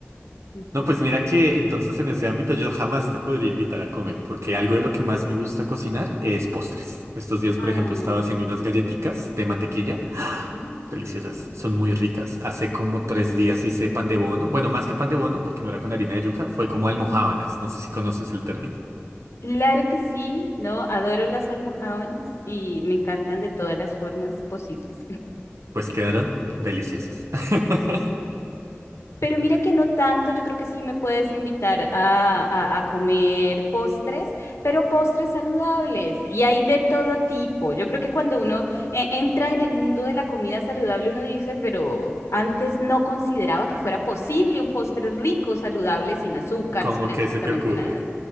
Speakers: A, on the left; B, on the right.
A: Ujú.
B: No, pues mira que entonces en ese ámbito yo jamás te podría invitar a comer, porque algo de lo que más me gusta cocinar es postres. Estos días,
A: Ah,
B: por ejemplo, estaba haciendo unas galletitas de mantequilla,
A: ujú.
B: deliciosas, son muy ricas. Hace como tres días hice pan de bono, bueno, más que pan de bono, porque no era con harina de yuca, fue como almojábanas, no sé si conoces el término.
A: Claro que sí, no, adoro las almojábanas y me encantan de todas las formas posibles. <laughs>
B: Pues quedaron deliciosas. <laughs>
A: Pero mira que no tanto, yo creo que sí me puedes invitar a, a- a comer postres, pero postres saludables y hay de todo tipo. Yo creo que cuando uno eh, entra en el mundo de la comida saludable, uno dice, pero antes no consideraba que fuera posible un postre rico, saludable, sin azúcar,
B: ¿Cómo
A: sin absolutamente
B: que se te ocurre?
A: nada.